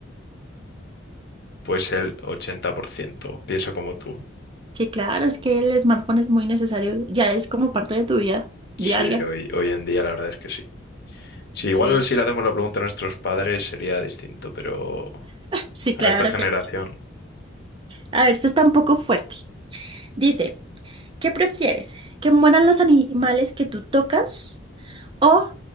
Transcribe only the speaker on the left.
Pues el 80% Pienso como tú.
Sí,
hoy, hoy en día la verdad es que sí. Sí,
igual si le hacemos la pregunta a nuestros padres sería distinto, pero
a
esta generación,